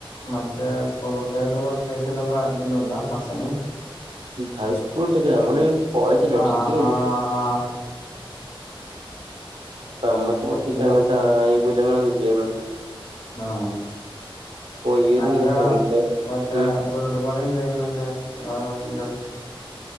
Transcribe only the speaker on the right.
ഈ ഹൈസ്കൂൾ ഇട്ടക്ക നമ്മള് കോളേജല്ലേ
ഡിഗ്രി വേണ്ടീട്ടേ
അപ്പ നമ്മക്ക് പച്ച്
അങ്ങനത്തെ ആനുകൂല്യങ്ങളൊന്നും ഇല്ലായിരുന്നു
ഈ ഒരു
സംഖ്യ
ഉം